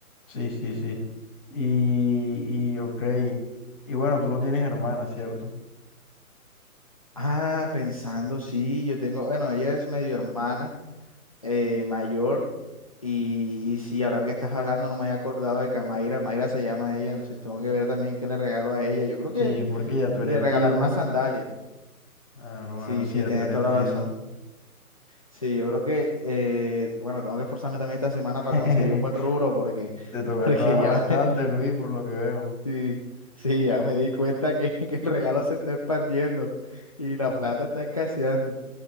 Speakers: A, in the centre; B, on the left (about 25°).
A: sí, sí, sí. Y, y, ok, y bueno, tú no tienes hermana, ¿cierto?
B: Ah, pensando, sí, yo tengo, bueno, ella es medio hermana. eh, mayor. Y, y sí, ahora que estás hablando, no me había acordado de que Camaira. Mayra Mayra se llama ella, entonces tengo que ver también qué le regalo a ella. Yo creo que
A: Sí, porque ya tú
B: le
A: eres
B: regalaron
A: tío.
B: una sandalia.
A: Claro,
B: Sí,
A: claro, sí,
B: sí,
A: ya
B: tienes
A: tú eres
B: toda
A: tío.
B: la razón. Sí, yo creo que, eh, bueno, tengo que esforzarme también esta semana
A: <laughs>
B: para conseguir un buen rubro porque,
A: Te toca
B: <laughs> porque
A: trabajar
B: ya,
A: bastante,
B: me-
A: Luis, por lo que veo.
B: sí, sí, ya me di cuenta que, <laughs> que el regalo se está expandiendo y la
A: Oh.
B: plata está escaseando.